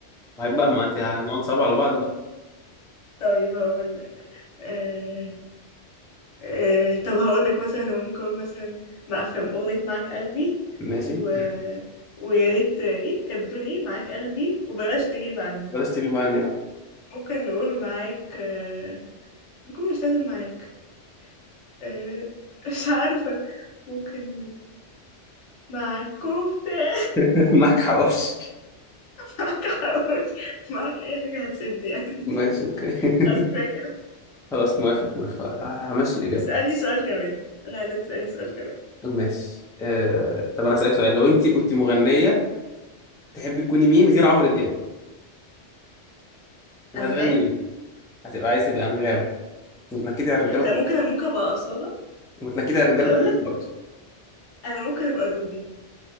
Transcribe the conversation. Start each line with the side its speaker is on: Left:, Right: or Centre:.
Centre: وهيبقى ما انت هنقعد صعب على بعض بقى
Left: طيب هقول لك آه... آه... طب هقول لك مثلا هو ممكن اقول مثلا مع في أغنية معاك قلبي
Centre: ماشي
Left: و... ويا ريت ايه كانت بتقول ايه معاك قلبي وبلاش تغيب عني
Centre: بلاش تجيب عني اه
Left: ممكن نقول معاك آه... ممكن مش لازم معاك آه... <laughs> مش عارفة ممكن معاك كفتة <laughs>
Centre: <laughs> معاك حواوشي
Left: معاك حواوشي معاك اي حاجة هتسد يعني
Centre: ماشي اوكي
Left: خلاص
Centre: <laughs>
Left: كفاية كده
Centre: خلاص موافق موافق همشي الإجابة
Left: اسألني سؤال كمان انا عايزك تسألني سؤال كمان
Centre: ماشي آه... طب أنا هسألك سؤال لو أنت كنت مغنية تحبي تكوني مين غير عمرو دياب وهتغني
Left: انغام
Centre: مين؟ هتبقى عايزة تبقى أنغام وتنكدي على الرجالة
Left: لا
Centre: كلهم
Left: ممكن ممكن ابقى أصالة
Centre: وتنكدي على الرجالة
Left: ولا
Centre: كلهم
Left: اقول لك
Centre: برضه
Left: انا ممكن ابقى روبي